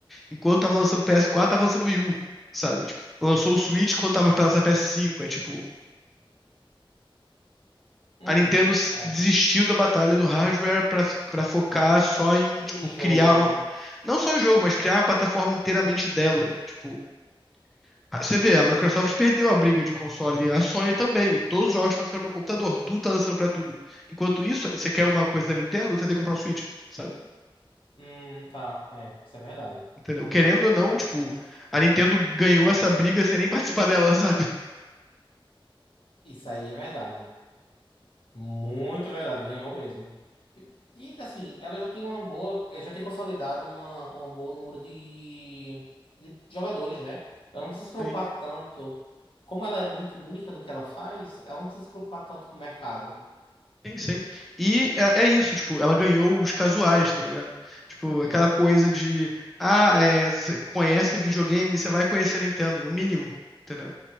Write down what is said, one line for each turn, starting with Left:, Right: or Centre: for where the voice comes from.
Centre: enquanto tava lançando o PS4, tava lançando o Wii U, sabe? Tipo, lançou o Switch quando tava pra lançar o PS5, é tipo,
Left: Hum,
Centre: a Nintendo s-
Left: é.
Centre: desistiu da batalha do hardware pra, fi- pra focar só em,
Left: Em
Centre: tipo, criar
Left: jogo,
Centre: uma,
Left: né?
Centre: não só em jogo, mas criar uma plataforma inteiramente dela, tipo, Ah, Você vê, a Microsoft perdeu a briga de console, a Sony também. Todos os jogos estão lançando para computador, tudo tá lançando para tudo. Enquanto isso, você quer uma coisa da Nintendo, você tem que comprar um Switch, sabe?
Left: Hum, tá. É, isso é verdade.
Centre: Entendeu? Querendo ou não, tipo, a Nintendo ganhou essa briga sem nem <laughs> participar dela, sabe?
Left: Isso aí é verdade. Muito verdade, ganhou mesmo. E, e, assim, ela já tem uma boa, eh, já tem consolidado uma, um bom número de, de jogadores, né? Ela não precisa se preocupar
Centre: Sim,
Left: tanto. Como ela é muito única no que ela faz, ela não precisa se preocupar tanto com o mercado.
Centre: sim. sim. E
Left: É,
Centre: é, é isso, tipo, ela ganhou os casuais, tá ligado? Tipo,
Left: Uhum,
Centre: aquela coisa de, ah, é, você conhece videogame, você vai conhecer a Nintendo, o mínimo, entendeu?